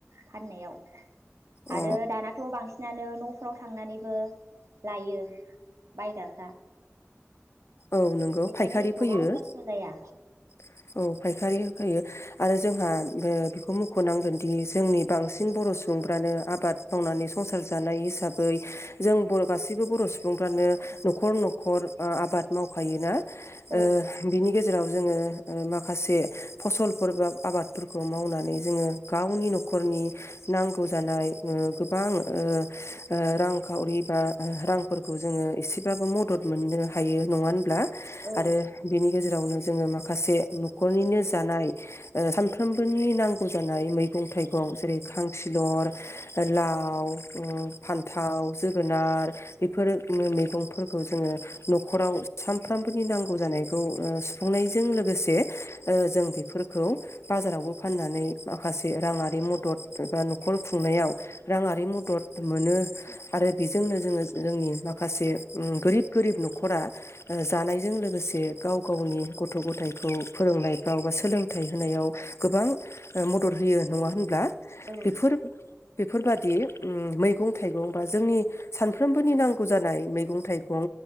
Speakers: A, on the right; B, on the left.
A: फाननायाव।
B: अ
A: आरो दानाथ' बांसिन नानो न'फ्राव थांनानैबो लायो बायग्राफ्रा।
B: औ नोंगौ
A: बेखायनो
B: फायखारि
A: एथबां
B: फैयो औ
A: खस्थ' जाया
B: फायखारि होफैयो। आरो जोंहा ओ बेखौ मुख'नांगोनदि जोंनि बांसिन बर' सुबुंफ्रानो आबाद मावनानै संसार जानाय हिसाबै जों बर' गासैबो बर' सुबुंफ्रानो न'खर न'खर ओ आबाद मावखायोना
A: औ
B: ओ बिनि गेजेराव जोङो ओ माखासे फसलफोर बा आबादफोरखौ मावनानै जोङो गावनि न'खरनि नांगौ जानाय ओ गोबां ओ ओ रांखावरि बा रांफोरखौ जोङो एसेबाबो मदद मोननो हायो। नङा होनब्ला?
A: औ
B: आरो बिनि गेजेरावनो जोङो माखासे न'खरनिनो जानाय ओ सानफ्रोमबोनि नांगौ जानाय मैगं थाइगं जेरै खांखिलर, लाव ओ फान्थाव, जोगोनार बेफोर मैगंफोरखौ जोङो न'ख खराव सानफ्रोमबोनि नांगौ जानायखौ ओ सुफुंनायजों लोगोसे ओ जों बेफोर खौ बाजारावबो फाननानै माखासे राङारि मदद एबा न'खर खुंनायाव राङारि मदद मोनो आरो बेजोंनो जोङो जोंनि माखासे गोरिब गोरिब न'खर खरा जानायजों लोगोसे गाव गावनि गथ' गथाइखौ फोरोंनायफ्राव बा सोलोंथाइ होनायाव गोबां ओ मदद होयो नङा होनब्ला?
A: औ
B: बेफोर बेफोरबादि उम मैगं थाइगं बा जोंनि सानफ्रोमबोनि नांगौ जानाय मैगं थाइगं